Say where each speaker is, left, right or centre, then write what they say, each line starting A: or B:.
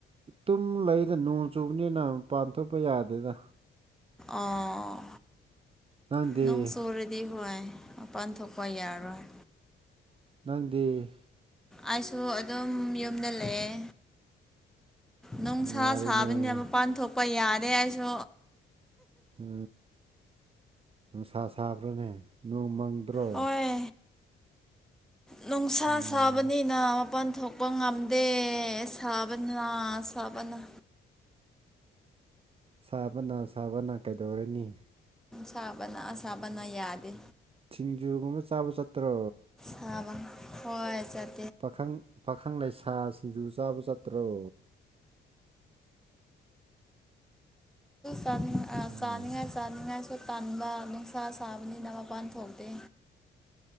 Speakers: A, on the right; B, in the centre.
A: ꯇꯨꯝ ꯂꯩꯗ ꯅꯣꯡ ꯆꯨꯕꯅꯤꯅꯄꯥꯟ ꯊꯣꯛꯄ ꯌꯥꯗꯦꯗ
B: ꯑꯣ
A: ꯅꯪꯗꯤ
B: ꯅꯣꯡ ꯆꯨꯔꯗꯤ ꯍꯣꯏ ꯃꯄꯥꯟ ꯊꯣꯛꯄ ꯌꯥꯔꯣꯏ
A: ꯅꯪꯗꯤ
B: ꯑꯩꯁꯨ ꯑꯗꯨꯝ ꯌꯨꯝꯗ ꯂꯩꯑꯦ ꯅꯨꯡꯁꯥ
A: ꯅꯨꯡꯉꯥꯏꯔꯤꯅꯦ
B: ꯁꯥꯕꯅꯤꯅ ꯃꯄꯥꯟ ꯊꯣꯛꯄ ꯌꯥꯔꯦ ꯑꯩꯁꯨ
A: ꯎ ꯅꯨꯡꯁꯥ ꯁꯥꯕ꯭ꯔꯥꯅꯦ ꯅꯣꯡ ꯃꯪꯗ꯭ꯔꯣ
B: ꯍꯣꯏ ꯅꯨꯡꯁꯥ
A: ꯎꯝ
B: ꯁꯥꯕꯅꯤꯅ ꯄꯟ ꯊꯣꯛꯄ ꯉꯝꯗꯦ ꯁꯥꯕꯅ ꯁꯥꯕꯅ
A: ꯁꯥꯕꯅ ꯁꯥꯕꯅ ꯀꯩꯗꯧꯔꯅꯤ
B: ꯁꯥꯕꯅ ꯁꯥꯕꯅ ꯌꯥꯗꯦ
A: ꯁꯤꯡꯖꯨꯒꯨꯝꯕ ꯆꯥꯕ ꯆꯠꯇ꯭ꯔꯣ
B: ꯁꯥꯕ ꯍꯣꯏ ꯆꯠ
A: ꯄꯥꯈꯪ ꯄꯥꯈꯪ ꯂꯩꯁꯥ ꯁꯤꯡꯖꯨ ꯆꯥꯕ ꯆꯠꯇ꯭ꯔꯣ
B: ꯁ
A: ꯎꯝ
B: ꯁꯅꯤ ꯁꯅꯤ ꯇꯟꯥꯟꯕ ꯅꯨꯡꯁꯥ ꯁꯥꯕꯅꯤꯅ ꯃꯄꯥꯟ ꯊꯣꯛꯇꯦ